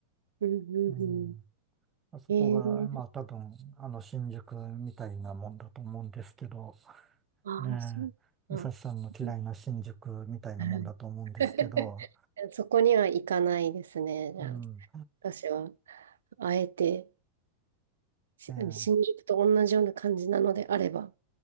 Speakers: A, on the right; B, on the right.
A: うんうんうん。
B: うんあそこが、
A: ええ
B: まあ多分、あの、新宿みたいなもんだと思うんですけど、
A: ああ、
B: ねえ、
A: そうか。
B: 美咲さんの嫌いな新宿みたいなもんだと思うんですけど、
A: うん <laughs> そこには行かないですね。じゃあ、
B: うん、
A: 私は、あえて、し新宿と同じような感じなのであれば、
B: ね